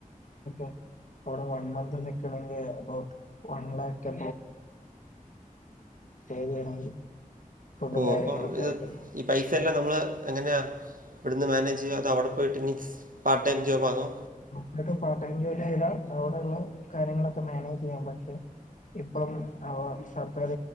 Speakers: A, on the left; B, on the right.
A: <unintelligible> അവ്ടെ വൺ മന്ത് നിക്കണമെങ്കി എബൗട്ട് വൺ ലാക്ക് <inaudible> ഫുഡും
B: ഓ
A: കാര്യങ്ങളൊക്കെ
B: അപ്പം ഇത്
A: ആയിട്ട്
B: ഈ പൈസയല്ലാം നമ്മള് എങ്ങനെയാ? ഇവിടുന്ന് മാനേജ് ചെയ്യോ അവിടെ പോയിട്ട് ഇനി പാർടൈം ജോബാകൊ
A: ഇവടെ പാർടൈം ജോലി ചെയ്താൽ അവിടെയുള്ള കാര്യങ്ങളൊക്കെ മാനേജ് ചെയ്യാൻ പറ്റും ഇപ്പം സർക്കാർ